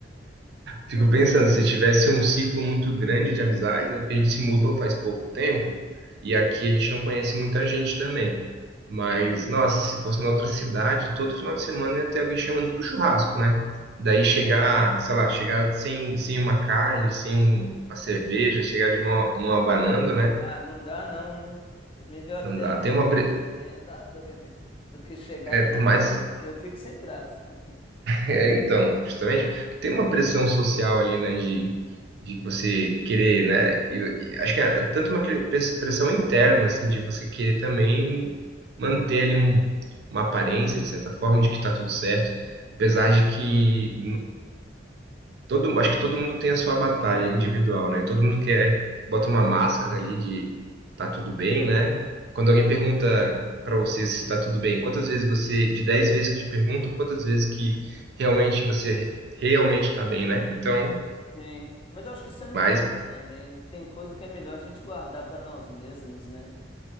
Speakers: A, on the left; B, on the right.
A: Com
B: fico pensando,
A: certeza.
B: se tivesse um ciclo muito grande de amizades, né? Porque a gente se mudou faz pouco tempo e aqui
A: Hum,
B: a gente não conhece muita gente também. Mas,
A: é.
B: nossa, se fosse em outra cidade, todo final de semana ia ter alguém chamando pro churrasco, né? Daí chegar,
A: Era, né?
B: sei lá, chegar sem, sem uma carne, sem um- uma cerveja, chegar de mão, mão abanando, né?
A: Ah, não dá não, né? É melhor
B: Não
A: até
B: dá.
A: não
B: Tem
A: ir,
B: uma,
A: dependendo,
B: pre-
A: tá doido, do que chegar
B: É,
A: de uma
B: por mais.
A: banana.
B: <laughs>
A: Eu fico sem graça. <laughs>
B: É, então, justamente, porque tem uma pressão social ali, né, de, de você querer, né? e- e acho que é tanto uma cre- pres- pressão interna, assim, de você querer também manter ali um- uma aparência, de certa forma, de que tá tudo certo, apesar de que Todo, acho que todo mundo tem a sua batalha individual, né? Todo mundo quer, bota uma máscara ali de tá tudo bem, né? Quando alguém pergunta pra você se tá tudo bem, quantas vezes você, de 10 vezes que te perguntam, quantas vezes que realmente você realmente tá bem, né? Então,
A: Sim, mas eu acho que isso é normal
B: mas
A: também. Tem coisa que é melhor a gente guardar para nós mesmos, né?